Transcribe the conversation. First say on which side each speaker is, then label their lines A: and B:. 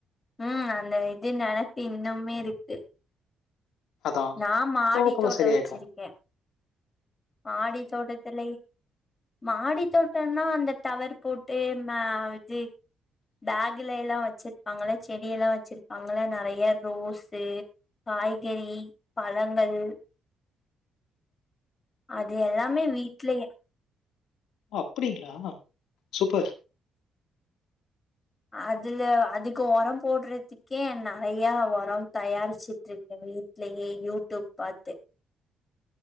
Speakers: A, on the left; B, on the left.
A: ம் அந்த இது நினப்பு இன்னுமே இருக்கு
B: அதான்
A: நா மாடி
B: போக போக
A: தோட்டோ
B: சரியாயிடும்.
A: வச்சிருக்கே மாடி தோட்டத்துல மாடி தோட்டம்னா அ ந்த டவர் போட்டு இந்த இது பேகுல லா வச்சுருப்பாங்களே செடியெல்லா வச்சுருப்பாங்களே நறையா ரோஸு காய்கறி பழங்கள் அது எல்லாமே வீட்லயே
B: அப்டிங்களா சூப்பர்
A: அதுல அதுக்கு ஒரம் போடுறதுக்கே நறையா ஒரம் தயாரிச்சுட்ருக்கு வீட்லயே யூடியூப் பாத்து